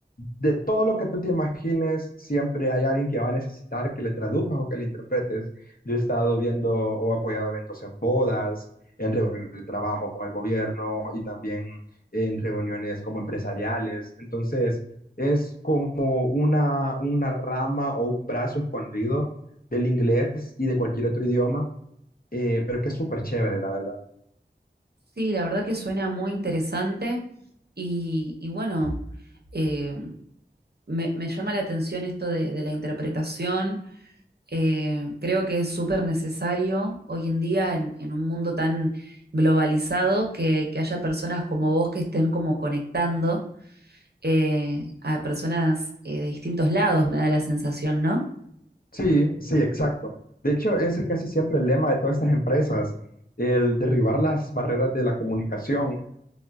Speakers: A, on the left (about 55°); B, on the right (about 65°).
A: de todo lo que tú te imagines, siempre hay alguien que va a necesitar que le traduzcas o que le interpretes. Yo he estado viendo o apoyado eventos en bodas, en reuniones de trabajo con el gobierno y también en reuniones como empresariales. Entonces, es como una, una rama o un brazo escondido del inglés y de cualquier otro idioma, eh, pero es que es súper chévere, la verdad.
B: sí, la verdad que suena muy interesante y, y bueno, eh, me, me llama la atención esto de, de la interpretación. Eh, creo que es súper necesario hoy en día en, en un mundo tan globalizado que, que haya personas como vos que estén como conectando eh, a personas eh, de distintos lados, me da la sensación, ¿no?
A: Sí, sí, exacto. De hecho, ese es casi siempre el lema de todas estas empresas, el derribar las barreras de la comunicación,